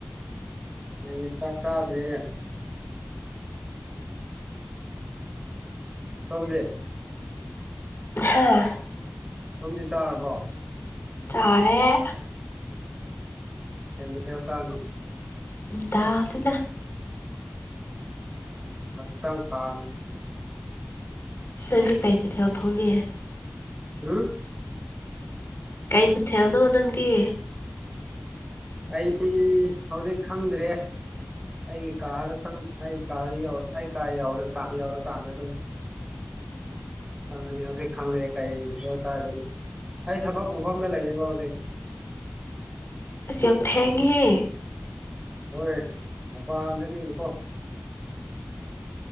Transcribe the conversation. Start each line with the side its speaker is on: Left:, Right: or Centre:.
Right: ꯑꯩꯌꯦ ꯆꯥꯛ ꯆꯥꯗ꯭ꯔꯦ ꯁꯝꯗꯦ
Left: ꯍꯥꯥ
Right: ꯁꯝꯗꯤ ꯆꯥꯔꯕꯣ
Left: ꯆꯥꯔꯦ
Right: ꯇꯃꯦ ꯊ ꯆꯥꯟꯨ
Left: ꯇꯗꯅ
Right: ꯍꯛꯆꯥꯡ ꯐꯦ
Left: ꯅꯪꯗꯤ ꯀꯩ ꯄꯩꯊꯥꯎ ꯊꯣꯡꯉꯑꯦ
Right: ꯎꯝ
Left: ꯀꯩ ꯃꯊꯦꯜꯅꯣ ꯅꯪꯗꯤ
Right: ꯑꯩ ꯍꯧꯖꯤꯛ ꯈꯪꯗ꯭ꯔꯦ ꯑꯩꯒꯤ ꯀꯥꯗ ꯑꯩ ꯀꯥꯗ ꯑꯩ ꯀꯥ ꯌꯧꯔꯀꯥꯟꯗ ꯑꯗꯨꯝ ꯆꯪꯅꯤ ꯍꯧꯖꯤꯛ ꯈꯪꯗ꯭ꯔꯦ ꯀꯥꯏ ꯆꯥ ꯑꯗꯨꯅ ꯑꯩ ꯊꯕꯛ ꯃꯐꯝꯗ ꯂꯩꯌꯦꯕ ꯍꯧꯖꯤꯛ
Left: ꯑꯁ ꯌꯥꯝꯝ ꯊꯦꯡꯒ ꯍ
Right: ꯍꯣꯏ ꯃꯄꯥꯟꯗꯅꯤꯅꯨꯀꯣ